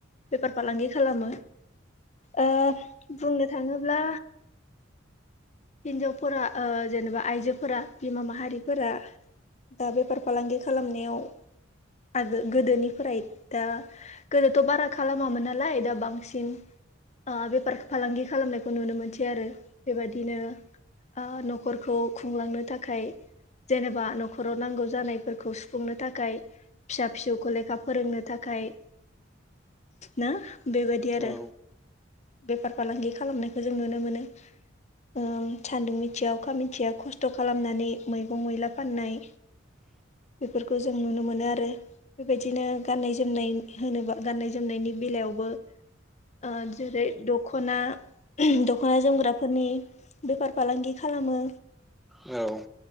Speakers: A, on the left (about 35°); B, in the centre.
A: बेफार फालांगि खालामो ओ बुंनो थाङोब्ला हिनजावफोरा ओ जेनेबा आइजोफोरा बिमा माहारिफोरा ओ बेफार फालांगि खालामनायाव आगो गोदोनिफ्राय दा थ' बारा खालामामोन नालाय दा बांसिन ओ बेफार फालांगि खालामनायखौ नुनो मोनसै आरो बेबायदिनो ओ न'खरखौ खुंलांनो थाखाय जेनेबा न'खराव नांगौ जानायफोरखौ सुफुंनो थाखाय फिसा फिसौखो लेखा फोरोंनो थाखाय ना बेबायदि आरो
B: औ
A: बेफार फालांगि खालामनायखौ जों नुनो मोनो। ओ सान्दुं मिथिया अखा मिथिया खस्थ' खालामनानै मैगं मैला फाननाय।
B: <inaudible>
A: बेफोरखौ जों नुनो मोनो आरो बेबायदिनो गाननाय जोमनाय होनोबा गाननाय जोमनायनि बेलायावबो ओ जेरै दख'ना <unintelligible> दख'ना जोमग्राफोरनि बेफार फालांगि खालामो।
B: औ।